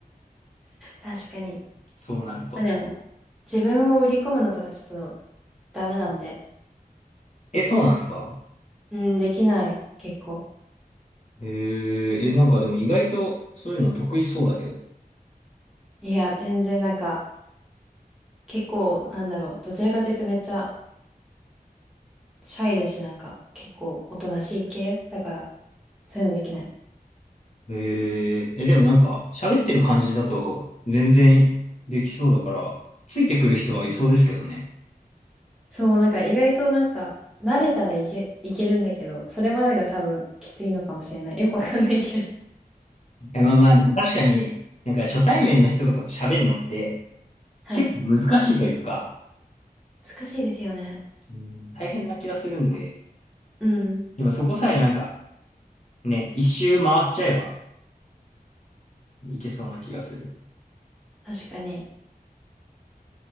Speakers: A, in the centre; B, on the left (about 45°).
A: 確かに。
B: そうなると。
A: まあでも自分を売り込むのとかちょっとダメなんで、
B: え、そうなんですか
A: うん、できない、結構。
B: えー、え、なんかでも意外とそういうの得意そうだけど。
A: いや、全然なんか結構なんだろう、どちらかというとめっちゃシャイだし、なんか、結構おとなしい系だから、そういうのできない。
B: えー、え、でもなんか喋ってる感じだと全然できそうだから、ついてくる人はいそうですけどね。
A: そう、なんか意外となんか、慣れたらいけ、いけるんだけど、それまでが多分きついのかもしれない。よくわかんないけど。
B: いや、まあまあ、でも確かになんか初対面の人とかと喋るのって
A: はい。
B: 結構難しいというか、
A: 難しいですよね。
B: うん、大変な気はするんで、
A: うん。
B: でもそこさえなんかね、一周回っちゃえば、いけそうな気がする。
A: 確かに。